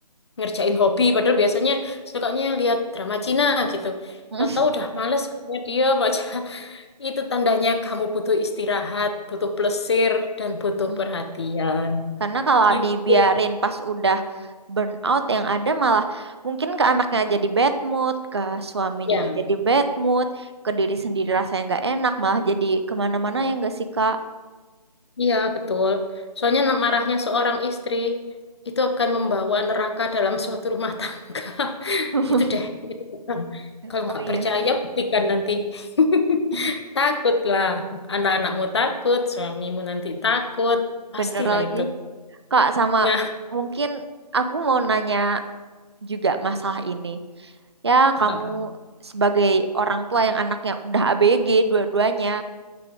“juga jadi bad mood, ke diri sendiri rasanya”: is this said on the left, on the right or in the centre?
Right